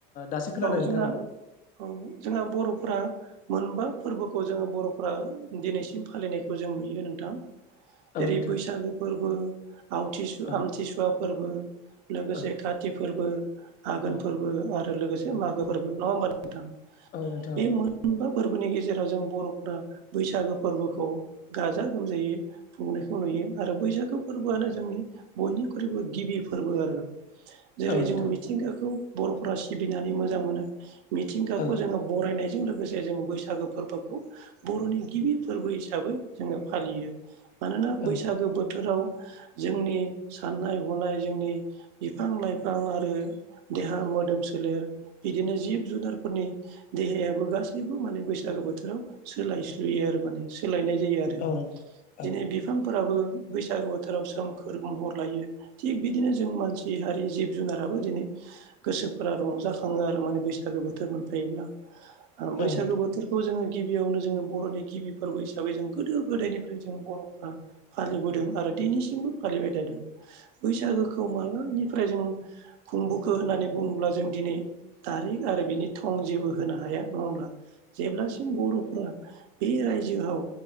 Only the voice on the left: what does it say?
दासो खोनादों
नोंथा औ
औ
नोंथां
औ
औ
औ
औ
औ नोंथां
औ नोंथां
औ
औ
औ नोंथां औ
औ नोंथां